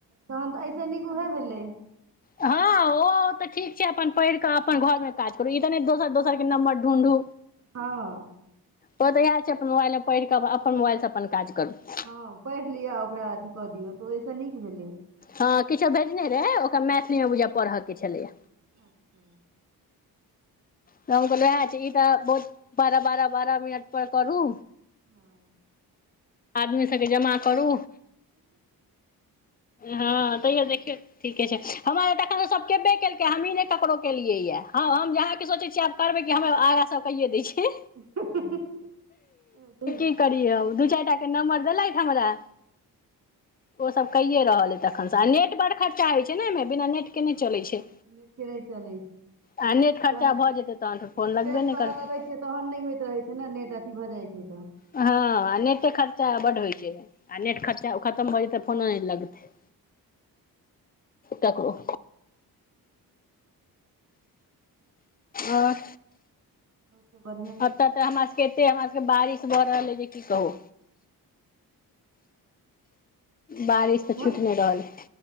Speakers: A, on the right (about 50°); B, on the left (about 25°).
A: तहन तऽ ऐस नीक उएह भेलै
B: हँ ओ तऽ ठीक छै अपन पढ़ि के अपन घर में काज करू ई तऽ ने दोसर दोसरके नम्बर ढूढू
A: हँ
B: ओ तऽ इएह छै अपन मोबाइलमे पढ़िकऽ अपन मोबाइलसँ अपन काज करू
A: हँ पढ़ि लियअ ओकरा अथी कऽ दियौ तऽ ओहिसँ नीक भेलै
B: हँ किछो भेजने रहे ओकरा मैथिली मे बूझाइयै पढ़य के छलैएा
A: <inaudible>
B: त हम कहलहुए ई त बहुत बारह बारह बारह मिनट पर करू
A: <inaudible>
B: आदमी सबके जमा करू हँ तैयो देखियौ ठीके छै हमरा तखन त सब केबे केलकै हमहीँ नहि ककरो केलियै य हँ हम जहाँके सोचै छीयै आब करबै कि हम आगा सेकैे दै छी
A: हूं ह हूं
B: की करिय हम दू चारिटा के नम्बर देलथ हमरा ओ सब कैेये रहल अछि हमरा तखनसँ आ नेट बड़ खर्चा होइ छै ने एहिमे बिना नेट के नहि
A: हँ
B: चलै छै
A: नेटे नै चलै
B: आ नेट खर्चा
A: छै रिफ्रेश
B: भऽ जेतै तहन तऽ फोन लगबे
A: कर
B: नहि करतै
A: लगै छिय त तहन नै होइत रहै छै ने नेट अथी भऽ जाइ छै तऽ
B: हँ आ नेटे खर्चा बड होइ छै आ नेट खर्चा खतम भ जेतै फोनो नहि लगते ककरो ओर
A: बत
B: अतऽ तऽ हमरा सबके एते हमरा सबके बारिश भऽ रहल अइ जे की कहु बारिश त
A: उम्हर
B: छुटि नै रहलै